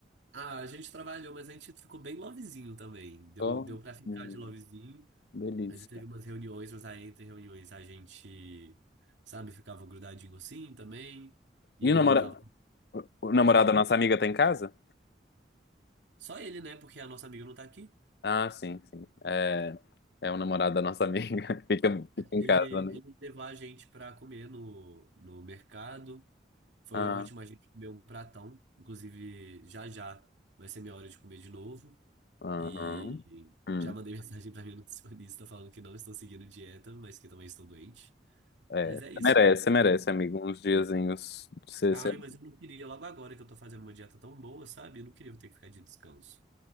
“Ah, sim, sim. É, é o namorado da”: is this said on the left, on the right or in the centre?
Left